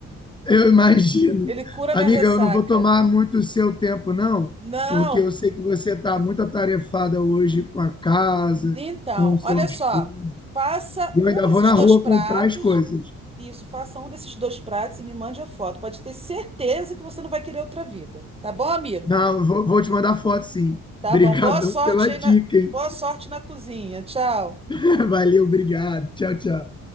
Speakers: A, on the left; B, on the right.
A: Eu imagino.
B: <laughs> Ele cura
A: Amiga,
B: minha ressaca.
A: eu não vou tomar muito o seu tempo, não,
B: Não,
A: porque eu sei que você está muito atarefada hoje com a casa,
B: então,
A: com o seu
B: olha
A: esposo.
B: só. Faça
A: E eu
B: um
A: ainda
B: desses
A: vou na
B: dois
A: rua
B: pratos.
A: comprar as coisas.
B: Isso, faça um desses dois pratos e me mande a foto. Pode ter certeza que você não vai querer outra vida. Tá bom, amigo?
A: Não, eu vou, vou te mandar foto, sim.
B: Tá
A: Obrigadão
B: bom. Boa sorte
A: pela dica,
B: aí na...
A: hein?
B: Boa sorte na cozinha. Tchau.
A: <laughs> Valeu, obrigado. Tchau, tchau.